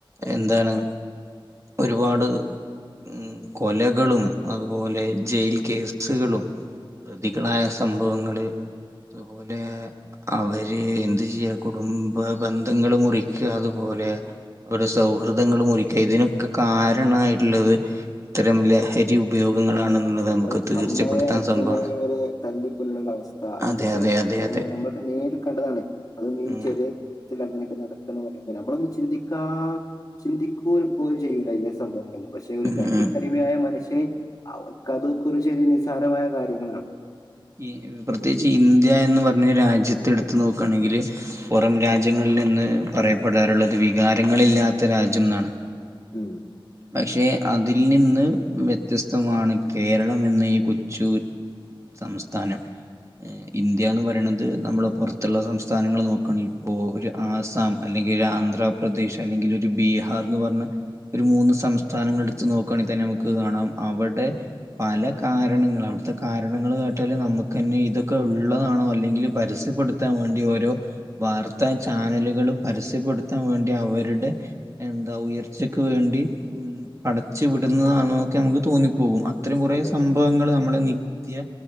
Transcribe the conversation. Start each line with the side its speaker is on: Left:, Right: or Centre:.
Right: എന്താണ് ഒരുപാട് ഉം കൊലകളും അതുപോലെ ജയിൽ കേസുകളും പ്രതികളായ
Left: ഉം.
Right: സംഭവങ്ങള് അതുപോലെ അവര് എന്ത് ചെയ്യാ കുടുംബ ബന്ധങ്ങള് മുറിക്ക അതുപോലെ ഇവിടെ സൗഹൃദങ്ങൾ മുറിക്കുക ഇതിനൊക്കെ കാരണമായിട്ടുള്ളത് ഇത്തരം ലഹരി ഉപയോഗങ്ങളാണെന്നുള്ളത്
Left: സ്വന്തം
Right: നമുക്ക് തീർച്ചപ്പെടുത്താൻ
Left: അമ്മയെ അച്ഛനെയുവരേ
Right: സംഭവമാണ്
Left: തല്ലിക്കൊല്ലന്ന ഒരു അവസ്ഥ സാഹനത്തൊക്കെ
Right: അതെ അതെ അതെ അതെ
Left: നമ്മ നമ്മൾ നേരിൽ കണ്ടതാണ് അതും ഈ
Right: ഉം
Left: ചെറിയ അങ്ങനെയൊക്കെ നടക്കന്ന് പറയുമ്പ നമ്മളൊന്ന് ചിന്തിക്ക ചിന്തിക്കുക പോയും ചെയ്യൂല അതിന്റെ സംഭവങ്ങളൊന്നും. പക്ഷെ ഒരു
Right: ഉം
Left: ലഹരിക്കടിമയായ
Right: ഉം
Left: മനുഷ്യന് അവർക്ക് അതൊക്ക ഒരു ചെറിയ നിസ്സാരമായ കാര്യങ്ങളാണ്
Right: ഈ പ്രത്യേകിച്ച് ഇന്ത്യ എന്ന് പറഞ്ഞ രാജ്യത്തെ എടുത്ത് നോക്കുകയാണെങ്കിൽ. പുറം രാജ്യങ്ങളിൽ നിന്ന് പറയപ്പെടാറുള്ളത് വികാരങ്ങളില്ലാത്ത രാജ്യം എന്നാണ്
Left: ഉം.
Right: പക്ഷേ അതിൽ നിന്ന് വ്യത്യസ്തമാണ് കേരളം എന്ന ഈ കൊച്ചു സംസ്ഥാനം ഇന്ത്യ എന്ന് പറയണത് നമ്മൾ പുറത്തുള്ള സംസ്ഥാനങ്ങൾ നോക്കുകയാണെങ്കിൽ ഇപ്പോൾ ഒരു ആസാം അല്ലെങ്കിൽ ആന്ധ്രാപ്രദേശ് അല്ലെങ്കിൽ ഒരു ബീഹാർ എന്ന് പറഞ്ഞ ഒരു മൂന്ന് സംസ്ഥാനങ്ങൾ എടുത്തു നോക്കുകയാണെിൽ തന്നെ നമുക്ക് കാണാം. അവിടെ പല കാരണങ്ങൾ അവിടുത്തെ കാരണങ്ങൾ കേട്ടാൽ നമുക്ക്ന്നെ ഇതൊക്കെ ഉള്ളതാണോ അല്ലെങ്കിൽ പരസ്യപ്പെടുത്താൻ വേണ്ടി ഓരോ വാർത്താ ചാനലുകളും പരസ്യപ്പെടുത്താൻ വേണ്ടി അവരുടെ എന്താ ഉയർച്ചക്ക് വേണ്ടി ഉ പടച്ച് വിടുന്നതാണോക്കെ നമുക്ക് തോന്നിപ്പോകും അത്രീം കുറേ
Left: അതെ
Right: സംഭവങ്ങൾ
Left: അതെ
Right: നമ്മളെ കയ